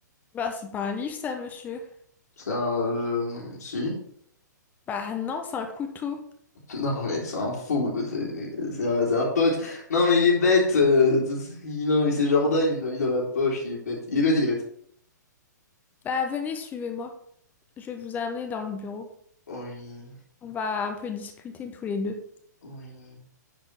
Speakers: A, on the left; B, on the left.
A: Bah, c'est pas un livre, ça, monsieur.
B: C'est un... euh, si.
A: Bah, non, c'est un couteau.
B: <laughs> Non, mais c'est un fou. C'est c'est un, c'est un pote. Non, mais il est bête. euh, <laughs> c'est- Non, mais c'est Jordan, il me l'a mis dans la poche. Il est bête. Il est bête, il est bête.
A: Bah, venez, suivez-moi. Je vais vous amener dans le bureau.
B: Oui.
A: On va un peu discuter tous les deux.
B: Oui.